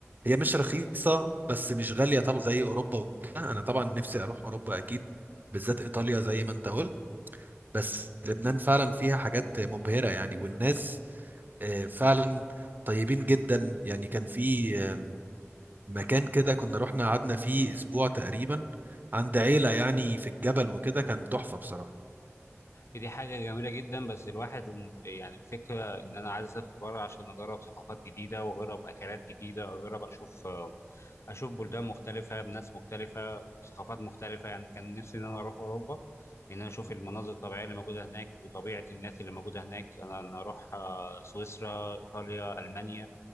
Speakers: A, on the right (about 40°); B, on the left (about 65°).
A: هي مش رخيصه بس مش غاليه طبعا زي اوروبا وكده انا طبعا نفسي اروح اوروبا اكيد بالذات ايطاليا زي ما انت قلت بس لبنان فعلا فيها حاجات مبهرة يعني والناس آه، فعلا طيبين جدا يعني كان في آم، مكان كده كنا رحنا قعدنا فيه أسبوع تقريبا عند عيلة يعني في الجبل وكده كان تحفة بصراحة
B: دي حاجة جميلة جدا بس الواحد إن- يعني الفكرة إن أنا عايز أسافر بره عشان أجرب ثقافات جديدة وأجرب أكلات جديدة وأجرب أشوف آه، أشوف بلدان مختلفة بناس مختلفة ثقافات مختلفة يعني كان نفسي إن أنا أروح أوروبا إن أنا أشوف المناظر الطبيعية اللي موجودة هناك وطبيعة الناس اللي موجودة هناك أنا أنا أروح آه، سويسرا إيطاليا ألمانيا